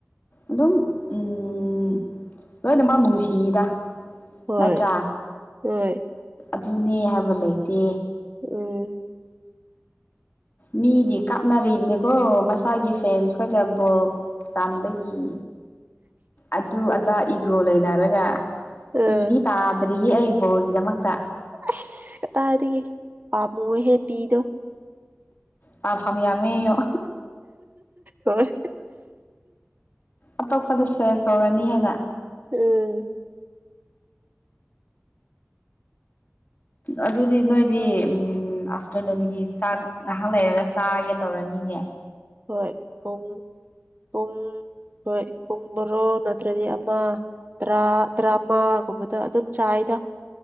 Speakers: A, on the left (about 40°); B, on the right (about 40°).
A: ꯑꯗꯨꯝ ꯎꯝ ꯎꯝ ꯂꯣꯏꯅ ꯃꯥ ꯅꯨꯡꯁꯤꯗ
B: ꯍꯣꯏ
A: ꯅꯠꯇ꯭ꯔꯥ
B: ꯍꯣꯏ
A: ꯑꯗꯨꯅꯦ ꯍꯥꯏꯕ ꯂꯩꯇꯦ
B: ꯎꯝ
A: ꯃꯤꯗꯤ ꯀꯥꯞꯅꯔꯤꯕꯅꯤꯀꯣ ꯃꯁꯥꯒꯤ ꯐꯦꯟꯁ ꯈꯣꯏꯗ ꯕꯣꯛ ꯆꯥꯟꯕꯒꯤ ꯑꯗꯨ ꯑꯗꯥ ꯏꯒꯣ ꯂꯩꯅꯔꯒ ꯄꯤꯗꯤ
B: ꯑ
A: ꯇꯥꯗ꯭ꯔꯤ ꯑꯩꯕꯣꯒꯤꯗꯃꯛꯇ
B: ꯑꯁ ꯀꯇꯥꯗꯒꯤ ꯄꯥꯝꯃꯨꯍꯦ ꯄꯤꯗꯣ
A: ꯑ ꯐꯃꯤ ꯌꯥ ꯑꯃꯣ
B: ꯍꯣꯏ
A: ꯑꯇꯣꯞꯄꯗ ꯁꯦꯚ ꯇꯧꯔꯅꯤ ꯍꯥꯏꯦꯟꯅ
B: ꯎꯝ
A: ꯑꯗꯨꯗꯤ ꯅꯣꯏꯗꯤ ꯎꯝ ꯑꯥꯐꯇꯔꯅꯨꯟꯒꯤ ꯆꯥꯛ ꯉꯥꯏꯍꯥꯛ ꯂꯩꯔꯒ ꯆꯥꯒꯦ ꯇꯧꯔꯅꯤ <unintelligible>
B: ꯍꯣꯏ ꯄꯨꯡ ꯄꯨꯡ ꯍꯣꯏ ꯔꯣ ꯅꯠꯇ꯭ꯔꯗꯤ ꯑꯃ ꯇꯔꯥ ꯇꯔꯥꯃꯉꯥꯒꯨꯝꯕꯗ ꯑꯗꯨꯝ ꯆꯥꯔꯤꯗ